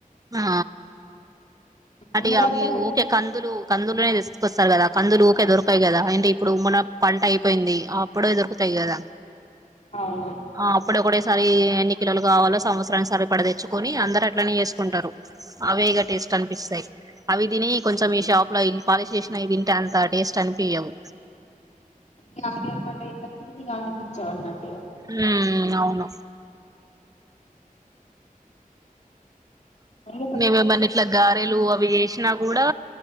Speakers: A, on the right; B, on the left.
A: ఆ అటు
B: అందుకంతా
A: అవి ఓకే కందులు కందులునే తెస్త కొస్తారు కదా కందులు ఊకే దొరకాయి కదా అంటే ఇప్పుడు ఉమ్మన పంట అయిపోయింది అప్పుడే దొరుకుతాయి కదా
B: అవును
A: ఆ అప్పుడు ఒకడేసారి ఎన్ని కిలోలు కావలో సంవత్సరాన్ని సరిపడ తెచ్చుకొని అందరు అట్లనే చేసుకుంటారు అవేగా టేస్ట్ అన్ నిస్తాయి అవి తిని కొంచెం ఈ షాప్ లో ఇవి పాలిష్ చేసినవి తింటే అంత టేస్ట్ అనిపియవు
B: ఇగ అవి అలవాటు అయిందానుకో ఇవి తినాలనిపించదు
A: ఉ అవును
B: అ
A: మేమేమన్న ఇట్లా గారెలు అవి చేసినా కూడా